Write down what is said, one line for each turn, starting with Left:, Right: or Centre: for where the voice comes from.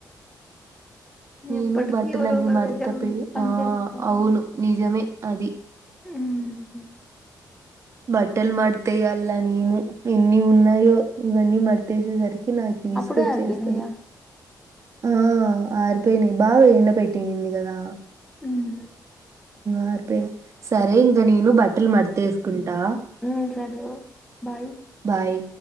Right: నేను
Centre: ఎప్పటికీ
Right: బట్టలన్నీ
Centre: ఎవరో ఒకరి
Right: మర్త
Centre: దగ్గర పని
Right: ఆ
Centre: చేస్తాం
Right: అవును నిజమే అది
Centre: హమ్
Right: బట్టలు మతాయ అల్లా నేను ఎన్ని ఉన్నాయో ఇవన్నీ మడతసే సరికి కి నాకి విసుకొచ్చేస్తుంది
Centre: అప్పుడే అయిపోయినాయా
Right: ఆ ఆరిపోయినాయి బాగా ఎండ పెట్టినంది కదా
Centre: హ్మ్
Right: ఆరిపోయాయి సరే ఇంక నేను బట్టలు మర్త వేసుకుంటా
Centre: హ్మ్ సరే బాయ్
Right: బాయ్